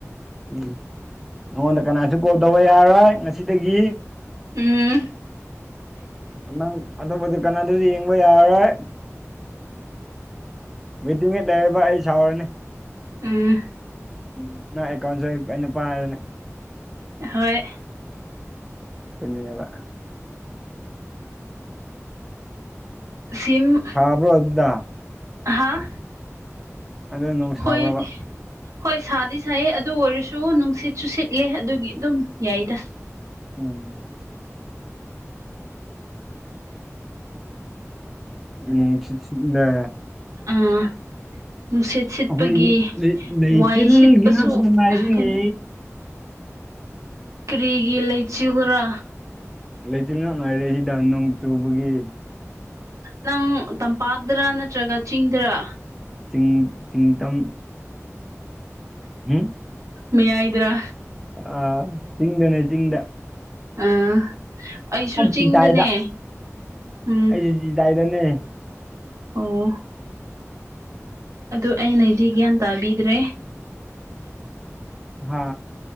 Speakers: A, in the centre; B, on the right.
A: ꯎꯝ ꯅꯪꯉꯣꯟꯗ ꯀꯅꯥꯁꯨ ꯀꯣꯜ ꯇꯧꯕ ꯌꯥꯔꯣꯏ ꯉꯁꯤꯗꯒꯤ
B: ꯎꯝ
A: ꯅꯪ ꯑꯇꯣꯞꯄꯗꯨ ꯀꯅꯥꯗꯨꯁꯨ ꯌꯦꯡꯕ ꯌꯥꯔꯣꯏ ꯋꯤꯗꯤꯠ ꯂꯩꯕ ꯑꯩ ꯁꯥꯎꯔꯅꯤ
B: ꯎꯝ
A: ꯎꯝ ꯅꯪ ꯑꯦꯀꯥꯎꯟꯁꯨ ꯑꯩꯅ ꯄꯥꯏꯔꯅꯦ
B: ꯍꯣꯏ
A: ꯑꯗꯨꯅꯦꯕ
B: ꯁꯤꯝ
A: ꯍꯥꯕ꯭ꯔꯣ ꯑꯗꯨꯗ
B: ꯍꯥꯥ
A: ꯑꯗꯨ ꯅꯣꯡ ꯁꯥꯕ꯭ꯔꯕ
B: ꯍꯣꯏꯗꯤ ꯍꯣꯏ ꯁꯥꯗꯤ ꯁꯥꯏꯌꯦ ꯑꯗꯨ ꯑꯣꯏꯔꯁꯨ ꯅꯨꯡꯁꯤꯠꯁꯨ ꯁꯤꯠꯂꯦ ꯑꯗꯨꯒꯤ ꯑꯗꯨꯝ ꯌꯥꯏꯗ
A: ꯎꯝ ꯅꯨꯡꯁꯤꯤꯁꯤꯂꯦ
B: ꯑꯥ ꯅꯨꯡꯁꯤꯠ ꯁꯤꯠꯄꯒꯤ
A: ꯑꯩꯈꯣꯏꯗꯤ ꯂꯩ ꯂꯩꯆꯤꯜꯒꯤ
B: ꯋꯥꯏ ꯁꯤꯠꯄꯁꯨ
A: ꯉꯥꯛꯇ ꯉꯥꯏꯔꯤꯅꯦ
B: ꯀꯩꯅꯣ ꯀꯔꯤꯒꯤ ꯂꯩꯆꯤꯒ꯭ꯔꯥ
A: ꯂꯩꯆꯤꯟꯅ ꯉꯥꯏꯔꯦ ꯍꯤꯗꯥꯛ ꯅꯣꯡ ꯆꯨꯕꯒꯤ
B: ꯅꯪ ꯇꯝꯄꯥꯛꯇꯔꯥ ꯅꯠꯇ꯭ꯔꯒ ꯆꯤꯡꯗꯔ
A: ꯆꯤꯡ ꯆꯤꯡꯇꯝ ꯍꯨꯝ
B: ꯃꯌꯥꯏꯗ꯭ꯔꯥ
A: ꯑꯥ ꯆꯤꯡꯗꯅꯦ ꯆꯤꯡꯗ
B: ꯑꯥ ꯑꯩꯁꯨ ꯆꯤꯡꯗꯅꯦ
A: ꯆꯤꯗꯥꯏꯗ
B: ꯎꯝ
A: ꯑꯩꯁꯨ ꯆꯤꯗꯥꯏꯗꯅꯦ
B: ꯑꯣ ꯑꯗꯨ ꯑꯩꯅꯗꯤ ꯒ꯭ꯌꯥꯟ ꯇꯥꯕꯤꯗ꯭ꯔꯦ
A: ꯍ